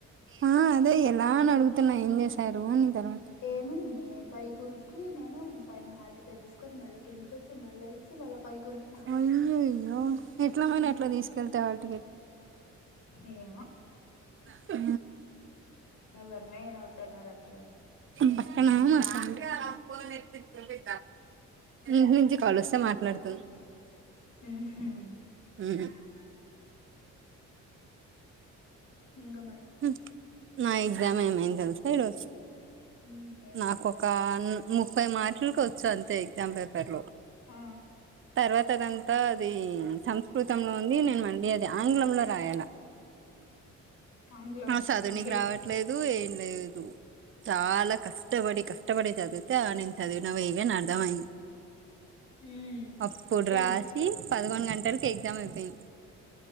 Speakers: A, on the right; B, on the left.
A: ఆ అదే ఎలా అని అడుగుతున్నా ఏం చేసారు అని తర్వాత
B: ఏముంది పై కురికి నేను పైన హాల్ టికెట్ తీసుకొని మళ్ళ కిందికొచ్చి మళ్ళా ఇచ్చి మళ్ళా పై కురికినా
A: అయ్యయ్యో ఎట్లా మరి
B: హు
A: అట్లా తీసుకెళ్తే హాల్ టికెట్
B: ఏమో
A: ఆ
B: ఎవరి మే నవత ఎనార అంతదన్
A: పక్కన మా ప్ఫ్యామిలీ మీ ఇంటి నుంచి కాల్ వస్తే మాట్లాడుతుంది.
B: ఊహు
A: ఉమ్
B: ఇంకా మరి
A: హు నా ఎగ్జామ్ ఏమైంద తెలిసా ఈరోజు?
B: ఉమ్, ఏమైంది
A: నాకొక ను ముప్పై మార్కులకి వచ్చు అంతే ఎగ్జామ్ పేపర్ లో
B: ఆ
A: తర్వాత అదంతా అది సంస్కృతంలో ఉంది. నేను మళ్ళి అది ఆంగ్లంలో రాయాల
B: ఆంగ్లం
A: ఆ చదువు
B: ఇంకేం
A: నీకు రావట్లేదు ఏం లేదు చాలా కష్టపడి కష్టపడి చదివితే ఆ నేను చదివినవి ఇవి అని అర్థమయింది.
B: ఉమ్,
A: అప్పుడు
B: ఇంకేం
A: రాసి పదకొండు గంటలకి ఎగ్జామ్ అయిపోయింది.